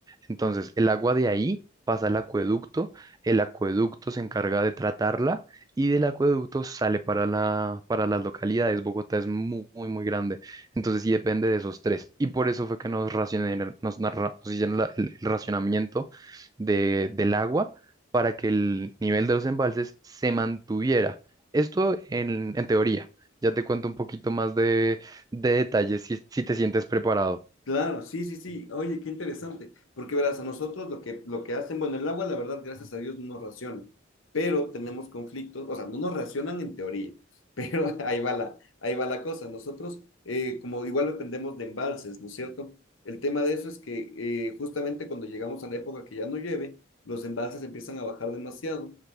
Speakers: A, on the right (about 20°); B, on the left (about 90°).
A: Entonces el agua de ahí pasa al acueducto, el acueducto se encarga de tratarla y del acueducto sale para la, para las localidades. Bogotá es muy, muy, muy grande. Entonces sí depende de esos tres. Y por eso fue que nos racionaron- nos, narra- nos hicieron la- el el racionamiento de, del agua para que el nivel de los embalses se mantuviera. Esto en, en teoría. Ya te cuento un poquito más de, de detalles si, si te sientes preparado.
B: Claro, sí, sí, sí. Oye, qué interesante. Porque verás, a nosotros lo que, lo que hacen, bueno, el agua, la verdad, gracias a Dios, no nos racionan, pero tenemos conflictos, o sea, no nos racionan en teoría, pero <laughs> ahí va la, ahí va la cosa. Nosotros, eh, como igual dependemos de embalses, ¿no es cierto? El tema de eso es que eh, justamente cuando llegamos a la época que ya no llueve, los embalses empiezan a bajar demasiado